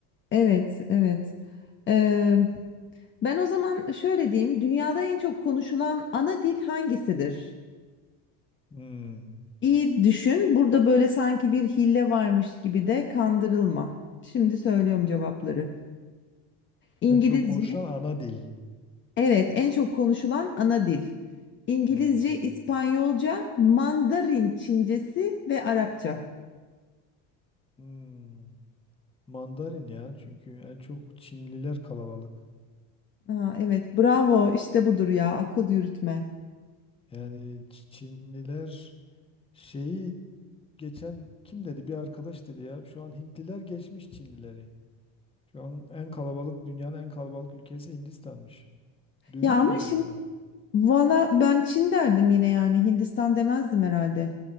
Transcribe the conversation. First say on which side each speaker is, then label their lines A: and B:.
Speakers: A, on the left; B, on the left.
A: evet evet. Ee, ben o zaman şöyle diyeyim. Dünyada en çok konuşulan ana dil hangisidir?
B: Hmm.
A: İyi düşün. Burada böyle sanki bir hile varmış gibi de kandırılma. Şimdi söylüyorum cevapları. İngilizce,
B: En çok konuşulan ana dil.
A: evet en çok konuşulan ana dil. İngilizce,
B: Hmm.
A: İspanyolca, Mandarin Çincesi ve Arapça.
B: Hmm. Mandarin ya çünkü en çok Çinliler kalabalık.
A: Ha, evet bravo işte budur ya akıl yürütme.
B: Yani Çinliler şeyi geçen kim dedi bir arkadaş dedi ya şu an Hintliler geçmiş Çinlileri. Şu an en kalabalık dünyanın en kalabalık ülkesi Hindistan'mış. Duymuş
A: Ya ama
B: muydun
A: şimdi
B: bunu?
A: valla ben Çin derdim yine yani Hindistan demezdim herhalde.